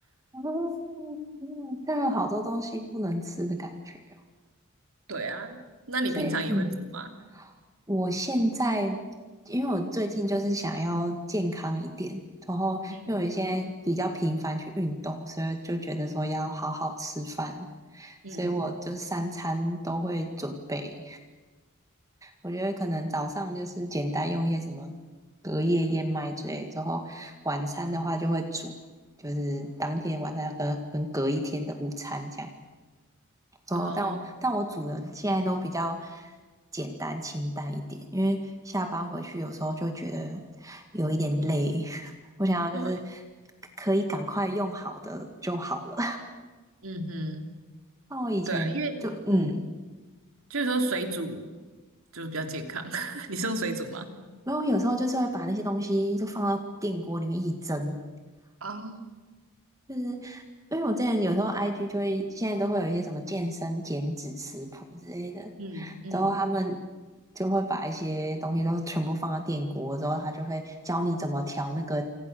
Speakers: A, on the right; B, on the right.
A: 嗯嗯，但有好多东西不能吃的感觉哦，
B: 对啊，那你平常也会煮吗？
A: 所以嗯。我现在，因为我最近就是想要健康一点，然后因为我现在比较频繁去运动，
B: 嗯
A: 所以就觉得说要好好吃饭，
B: 嗯，
A: 所以我就三餐都会准备。我觉得可能早上就是简单用一些什么隔夜燕麦之类，之后晚餐的话就会煮，就是当天晚上要跟跟隔一天的午餐这样。哦，
B: 哦，
A: 但我但我煮的现在都比较简单清淡一点，因为下班回去有时候就觉得有一点累，<laughs> 我想要就是
B: 对，
A: 可以赶快用好的就好了。
B: 嗯哼，
A: <laughs> 那我以前就嗯，
B: 对啊，因为嗯，就是说水煮就是比较健康。<laughs> 你是用水煮吗？
A: 没有，有时候就是会把那些东西就放到电锅里面一起蒸，
B: 啊，
A: 就是因为我之前有时候 IG 就会现在都会有一些什么健身减脂食谱之类的，
B: 嗯嗯，
A: 然后他们就会把一些东西都全部放到电锅，之后他就会教你怎么调那个